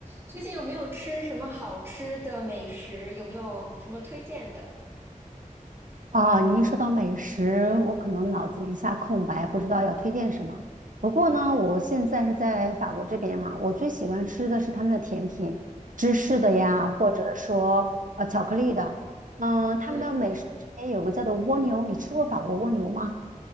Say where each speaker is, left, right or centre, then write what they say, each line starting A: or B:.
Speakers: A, on the right; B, on the right.
A: 最近有没有吃什么好吃的美食？有没有什么推荐的？
B: 啊，你一说到美食，我可能脑子一下空白，不知道要推荐什么。不过呢，我现在是在法国这边嘛，我最喜欢吃的是他们的甜品，芝士的呀，
A: 嗯
B: 或者说呃巧克力的。嗯，他们的美食这边有个叫做蜗牛，
A: 嗯
B: 你吃过法国蜗牛吗？